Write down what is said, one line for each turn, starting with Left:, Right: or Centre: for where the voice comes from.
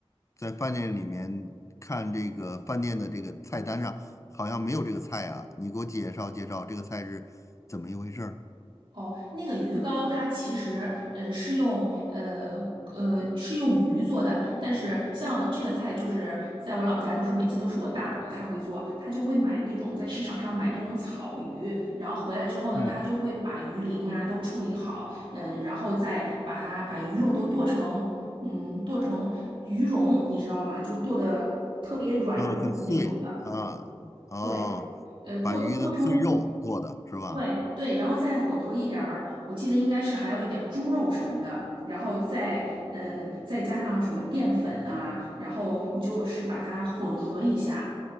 Left: 在饭店里面看这个饭店的这个菜单上，好像没有这个菜啊。你给我介绍介绍这个菜是怎么一回事儿？
Right: 哦，那个鱼糕它其实呃是用呃呃是用鱼做的，但是像这个菜就是在我老家都是每次都是我大伯他会做，他就会买那种在市场上买那种草鱼，然后回来之后呢，
Left: 嗯
Right: 他就会把鱼鳞啊都处理好，嗯，然后再把它把鱼肉都剁成嗯剁成鱼蓉，你知道吗？就剁的特别软嫩的那种的，
Left: 嗯，很碎啊，哦，
Right: 对。呃，剁剁成
Left: 把鱼的碎肉做的是吧？
Right: 对对，然后再混合一点儿，我记得应该是还有一点猪肉什么的，然后再嗯，再加上什么淀粉啊，然后你就是把它混合一下，